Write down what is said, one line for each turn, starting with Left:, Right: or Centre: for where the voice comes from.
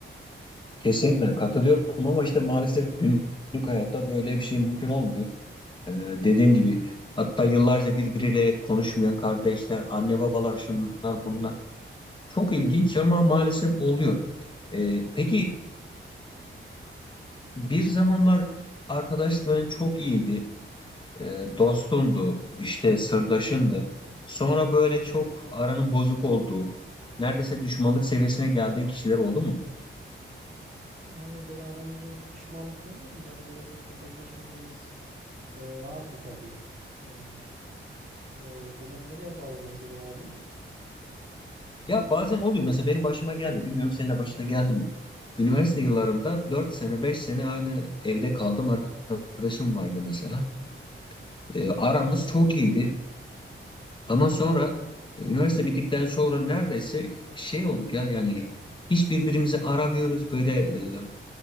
Left: Kesinlikle katılıyorum ama işte maalesef günlük hayatta böyle bir şey mümkün olmuyor. Ee, dediğim gibi hatta yıllarca birbiriyle konuşmayan kardeşler, anne babalar şunlar bunlar. Çok ilginç ama maalesef oluyor. Ee, peki bir zamanlar arkadaşların çok iyiydi. Ee, dostundu, işte sırdaşındı. Sonra böyle çok aranın bozuk olduğu, neredeyse düşmanlık seviyesine geldiğin kişiler oldu mu?
Right: Yani böyle aramızda düşmanlık demeyelim de hani böyle pek hoşlaşmadığımız e, vardı tabii. Yani e, buradan nereye bağlamak istedin abi?
Left: Ya bazen oluyor mesela benim başıma geldi bilmiyorum senin de başına geldi mi? Üniversite yıllarında 4 sene 5 sene aynı evde kaldım arkadaşım vardı mesela. E, aramız çok iyiydi ama sonra e, üniversite bittikten sonra neredeyse şey olduk ya yani hiç birbirimizi aramıyoruz böyle e,